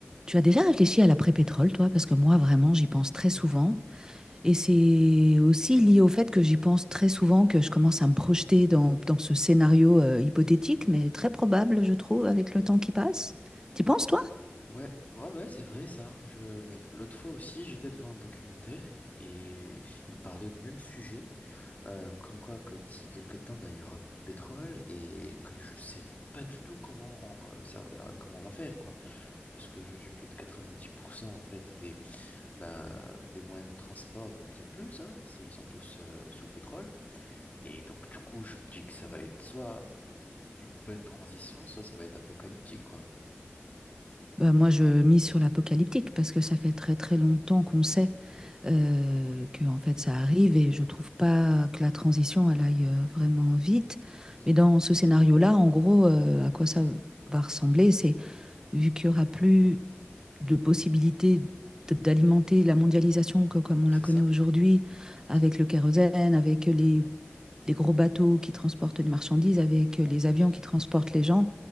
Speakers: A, on the right; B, on the left.
A: Tu as déjà réfléchi à l'après-pétrole, toi? Parce que moi, vraiment, j'y pense très souvent. Et c'est aussi lié au fait que j'y pense très souvent, que je commence à me projeter dans, dans ce scénario euh, hypothétique, mais très probable, je trouve, avec le temps qui passe. T'y penses, toi?
B: Ouais, ouais, ouais, c'est vrai ça. Je... L'autre fois aussi, j'étais devant un documentaire et il parlait du même sujet, euh, comme quoi que d'ici quelques temps, ben, il y aura plus de pétrole et que je sais pas du tout comment on, euh, ça, euh, comment on va faire quoi. Parce qu'aujourd'hui, plus de 90% en fait des ben, des moyens de transport ou bien plus, hein, c'est ils sont tous euh, sous pétrole et donc du coup, je me dis que ça va être soit une bonne transition, soit ça va être apocalyptique quoi.
A: Bah, moi, je mise sur l'apocalyptique parce que ça fait très très longtemps qu'on sait. euh, Que en fait ça arrive et je trouve pas que la transition elle aille, heu, vraiment vite.
B: Mm.
A: Mais dans ce scénario-là, en gros, heu, à quoi ça va ressembler, c'est vu qu'il y aura plus de possibilités d d'alimenter la mondialisation co comme on
B: C'est
A: la connaît
B: ça,
A: aujourd'hui,
B: c'est
A: avec
B: ça.
A: le kérosène, avec les les gros bateaux qui transportent des marchandises, avec, les
B: En plus.
A: avions qui transportent les gens,